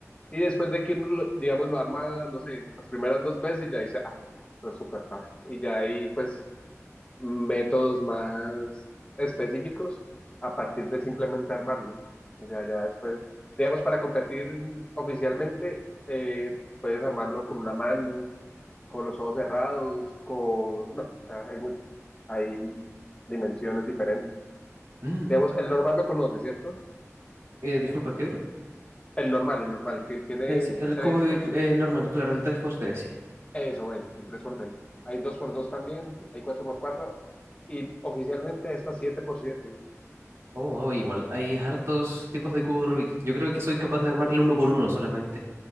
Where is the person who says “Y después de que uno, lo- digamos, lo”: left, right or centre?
Left